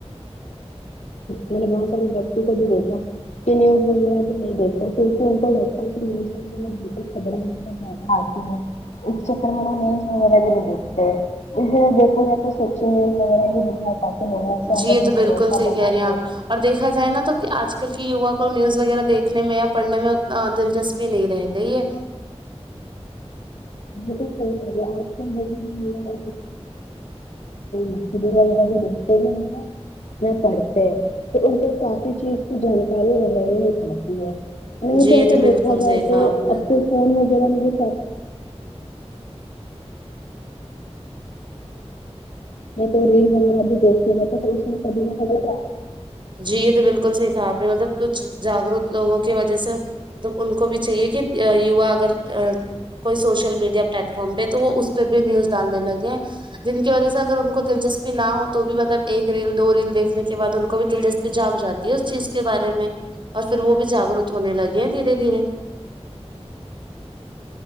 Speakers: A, on the left; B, on the right.
A: میں نے بہت سارے بچوں کو بھی دیکھا کہ نیوز وغیرہ بھی نہیں دیکھتا اس میں ان کو لگتا ہے کی <unintelligible> اس چکر میں وہ نیوز وغیرہ بھی نہیں دیکھتے اس طرح دیکھا جائے تو سوچ وغیرہ بھی دیکھنا چاہے لوگوں کے
B: جی
A: اندر
B: یہ
A: بھی
B: تو بالکل
A: بھروسہ
B: صحیح
A: بنا
B: کہہ رہی
A: رہے
B: ہیں آپ اور دیکا جائے نا تو آج کل کی یوا کو نیوز وغیرہ دیکھنے میں یا پڑھنے میں اتنا دلچسپی نہیں رہ گئی ہے
A: یہ تو سہی کہ رہی ہے <unintelligible> ویڈیو وغیرہ دیکھتے بھی نہیں ہے وہ پڑھتے ہیں تو ان پر کافی چیز کی جانکاری رہنے نہیں پاتی ہے نہیں
B: جی
A: تو
B: یہ
A: ایسا
B: بالکل
A: دیکھا
B: صحیح
A: جائے تو
B: کہا آپ نے
A: اب تو فون وغیرہ مجھے <unintelligible> میں تو ریل وغیرہ بھی دیکھتے رہتے تو اس نے کبھی نہ کبھی تو آ
B: جی یہ تو بالکل صحیح کہا آپ نے مطلب کچھ جاگروت لوگوں کی وجہ سے تو ان کو بھی چاہیے کہ یوا اگر کوئی سوشل میڈیا پلیٹ فارم پہ تو وہ اس پہ بھی نیوز ڈالنے لگے ہیں جن کی وجہ سے اگر ان کو دلچسپی نہ ہو تو بھی مطلب ایک ریل دو ریل دیکھنے کے بعد ان کو کو بھی دلچسپی جھاگ جاتی ہے اس چیز کے بارے میں اور پھر وہ بھی جاگروت ہونے لگے ہیں دھیرے دھیرے